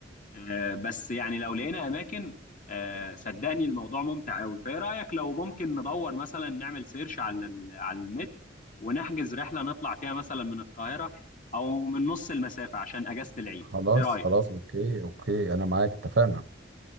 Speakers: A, on the left; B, on the right.
A: آه، بس يعني لو لقينا اماكن آه، صدقني الموضوع ممتع قوي فايه رايك لو ممكن ندور مثلا نعمل سيرش على ال- على النت ونحجز رحله نطلع فيها مثلا من القاهره او من نص المسافه عشان اجازه العيد
B: خلاص
A: ايه رايك
B: خلاص اوكي اوكي انا معاك اتفقنا